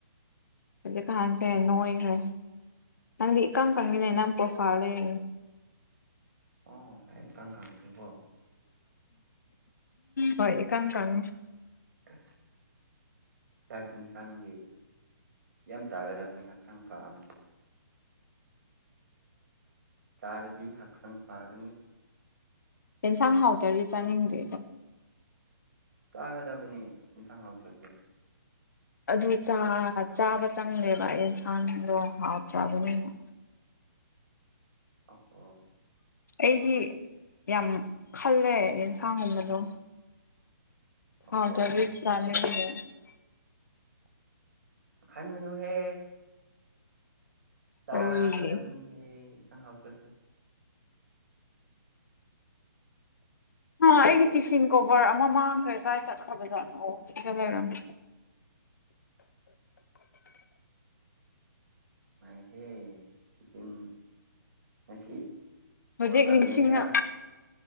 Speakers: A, on the left (about 55°); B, on the right (about 50°).
A: ꯍꯧꯖꯤꯛ ꯀ ꯍꯥꯟꯁꯦ ꯅꯣꯏꯈꯦ ꯅꯪꯗꯤ ꯏꯀꯪ
B: ꯎꯝ
A: ꯀꯪꯉꯤꯅꯦ ꯅꯪ ꯄ꯭ꯔꯣꯐꯥꯜ ꯂꯩ
B: ꯑꯣ ꯑꯩ ꯏꯇꯪ ꯈꯪꯗ꯭ꯦꯀꯣ
A: ꯍꯣꯏ ꯀꯝ ꯀꯝ
B: ꯑ ꯆꯥꯛ ꯌꯦꯟꯁꯥꯡꯗꯤ ꯌꯥꯝ ꯆꯥꯒꯗꯕꯅꯤ ꯍꯛꯆꯥꯡ ꯐꯥꯕꯅꯤ ꯆꯔꯗꯤ ꯍꯥꯛ ꯁꯥꯡ ꯐꯒꯅꯤ
A: ꯇ ꯁꯥꯡꯅ ꯍꯥꯎꯋꯥꯔꯗꯤ ꯆꯅꯤꯡꯒ
B: ꯆꯥꯒꯗꯕꯅꯤ ꯏꯟꯁꯥꯡ ꯍꯥꯎꯗ꯭ꯔꯁꯨ
A: ꯑꯗꯨ ꯆꯥ ꯆꯥꯕ ꯆꯪꯗꯦꯕ ꯌꯦꯟꯁꯥꯡꯗꯣ ꯍꯥꯎꯇ꯭ꯔꯕꯅꯤꯅ
B: ꯑꯣ ꯑꫭ
A: ꯑꯩꯗꯤ ꯌꯥꯝ ꯈꯜꯂꯦ ꯌꯦꯟꯁꯥꯡꯒꯨꯝꯕꯗꯣ
B: ꯑꯣꯍꯣ
A: ꯍꯥꯎꯇ꯭ꯔꯗꯤ ꯆꯥꯅꯤꯡꯗꯦ
B: ꯈꯟꯒꯅꯨꯍꯦ ꯆꯥꯒꯗꯕꯅꯤ
A: ꯀꯔꯤꯒꯤ
B: ꯌꯦ ꯏꯤꯟꯁꯥꯡ ꯍꯥꯎꯇꯔꯁꯨ
A: ꯑꯩꯒꯤ ꯇꯤꯐꯤꯟ ꯀꯣꯕꯔ ꯑꯃ ꯃꯥꯡꯈ꯭ꯔꯦ ꯀꯥꯏ ꯆꯠꯈ꯭ꯔꯕ ꯖꯥꯠꯅꫭ ꯁꯤꯗ ꯂꯩꯔꯝꯃꯦ
B: ꯃꯥꯏ ꯍꯦ ꯇꯤꯐꯤꯟ ꯉꯁꯤ
A: ꯍꯧꯖꯤꯛ
B: ꯋꯥꯔꯜ ꯀꯞ
A: ꯅꯤꯡꯁꯤꯡꯉꯥ
B: ꯌꯦꯡꯒꯦꯔꯥ